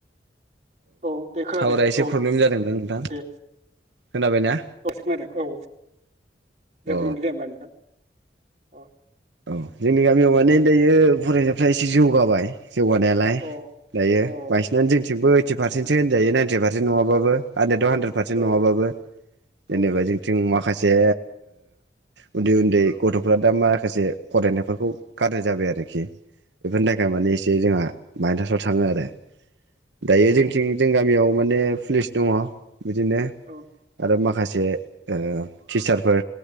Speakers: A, on the right (about 40°); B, on the right (about 80°).
A: औ दे खोनादो
B: टावारा एसे
A: औ
B: प्रब्लेम जादोंदां नोंथां
A: दे
B: खोनाबायना
A: औ खोनादों औ जोबदों
B: अ
A: दे होमबा नोंथां अ
B: औ जोंनि गामियाव माने दायो फरायसाफ्रा एसे जौगाबाय जौगानायालाय
A: अ
B: दायो
A: औ
B: बांसिननानै जोंनिथिंबो एदटि पारसेन्स होनजायो नाइन्टि पारसेन नङाबाबो <unintelligible> पारसेन्ट
A: औ
B: नङाबाबो जेनबा
A: औ
B: जोंनि माखासे उन्दै उन्दै गथ'फ्रा दा माखासे फरायनायफोरखौ गारनाय जाबाय आरोखि बेफोरनि थाखाय माने एसे जोंहा माइनासाव थाङो आरो दायो जों जों गामियाव माने पुलिस दङ बिदिनो
A: औ
B: आरो माखासे से टिचारफोर